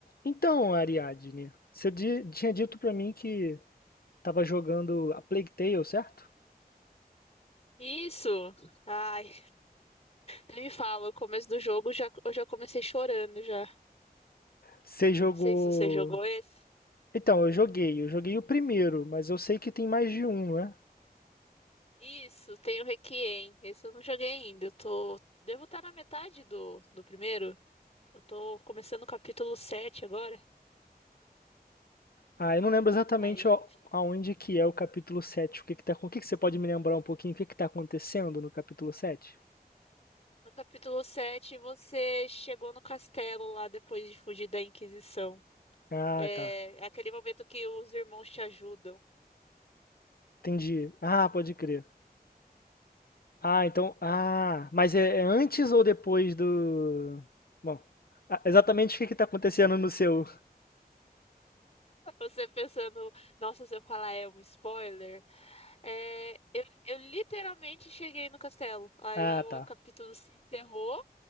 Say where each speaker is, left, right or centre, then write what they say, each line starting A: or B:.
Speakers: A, on the left; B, on the left.
A: Então, Ariadne, você di- tinha dito pra mim que tava jogando a Plague Tale, certo?
B: Isso! Ai, nem me fala, o começo do jogo já, eu já comecei chorando já.
A: Você jogou.
B: Não sei se você jogou esse.
A: Então, eu joguei, eu joguei o primeiro, mas eu sei que tem mais de um, né?
B: Isso, tem o Requiem. Esse eu não joguei ainda. Eu tô. Devo estar na metade do, do primeiro. Eu tô começando o capítulo 7 agora.
A: Ah, eu não lembro exatamente
B: Aí,
A: a- aonde que é o capítulo 7. o que que tá, o que que você pode me lembrar um pouquinho, o que que tá acontecendo no capítulo sete?
B: no capítulo 7 você chegou no castelo lá depois de fugir da Inquisição.
A: Ah,
B: É,
A: tá.
B: é aquele momento que os irmãos te ajudam.
A: Entendi. Ah, pode crer. Ah, então, ah, mas é, é antes ou depois do Bom, ah, exatamente o que que tá acontecendo no seu?
B: <laughs> Você pensando, nossa, se eu falar é um spoiler. É, eu, eu literalmente cheguei no castelo. Aí
A: Ah,
B: o
A: tá.
B: capítulo se encerrou